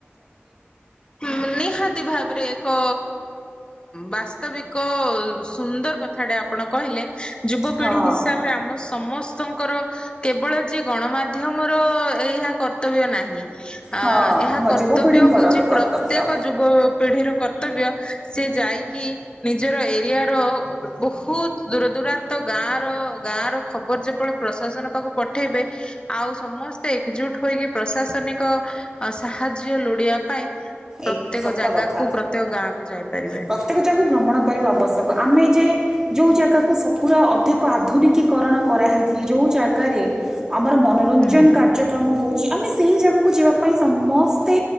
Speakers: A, on the left; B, on the right.
A: ହୁଁ ନିହାତି ଭାବରେ। ଏକ ବାସ୍ତବିକ ସୁନ୍ଦର କଥାଟା ଆପଣ କହିଲେ। ଯୁବପିଢି
B: ହଁ
A: ହିସାବରେ ଆମ ସମସ୍ତଙ୍କର କେବଳ ଯେ ଗଣମାଧ୍ୟମ ର ଏହା କର୍ତ୍ତବ୍ୟ ନାହିଁ।
B: ହଁ।
A: ତା
B: ଆମ
A: କର୍ତ୍ତବ୍ୟ
B: ଯୁବପିଢ଼ିଙ୍କର
A: ହଉଛି
B: ବି କର୍ତ୍ତବ୍ୟ
A: ପ୍ରତ୍ୟେକ ଯୁବ ପିଢ଼ିର କର୍ତ୍ତବ୍ୟ ସେ ଯାଇକି ନିଜର ଏରିଆ ର ବହୁତ ଦୂର ଦୂରାନ୍ତ ଗାଁ ର ଗାଁ ର ଖବର ଯେପରି ପ୍ରଶାସନ ପାଖକୁ ପଠେଇବେ ଆଉ ସମସ୍ତେ ଏକଜୁଟ ହୋଇକି ପ୍ରଶାସନିକ ଅ ସାହାଯ୍ୟ ଲୋଡ଼ିବା ପାଇଁ ପ୍ରତ୍ୟେକ
B: ଏକ ସତ
A: ଜାଗାକୁ
B: କଥା
A: ପ୍ରତ୍ୟେକ ଗାଁକୁ ଯାଇପାରିବେ।
B: ପ୍ରତ୍ୟେକ ଜାଗକୁ ଭ୍ରମଣ କରିବା ଆବଶ୍ୟକ ଆମେ ଯେ ଯୋଉ ଜାଗା ସ ପୁରା ଅଧିକ ଆଧୁନିକୀକରଣ କରାହେଇଛି ଯୋଉ ଜାଗାରେ ଆମର ମନୋରଞ୍ଜନ
A: ହୁଁ
B: କାର୍ଯ୍ୟକ୍ରମ ହଉଛି ଆମେ ସେଇ ଜାଗାକୁ ଯିବା ପାଇଁ ସମସ୍ତେ